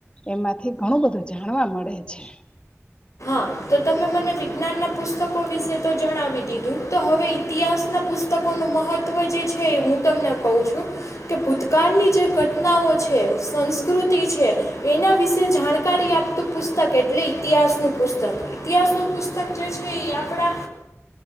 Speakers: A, on the left; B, on the left.
A: એમાંથી ઘણું બધું જાણવા મળે છે
B: હા તો તમે મને વિજ્ઞાનના પુસ્તકો વિશે તો જણાવી દીધું તો હવે ઇતિહાસના પુસ્તકોનું મહત્ત્વ જે છે એ હું તમને કહું છું કે ભૂતકાળની જે ઘટનાઓ છે સંસ્કૃતિ છે એના વિશે જાણકારી આપતું પુસ્તક એટલે ઇતિહાસનું પુસ્તક ઇતિહાસનું પુસ્તક જે છે એ આપણા